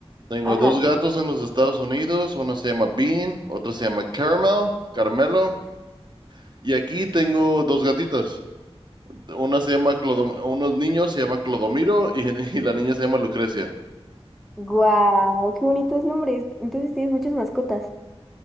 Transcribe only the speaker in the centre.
ajá.
Guau, qué bonitos nombres. Entonces tienes muchas mascotas.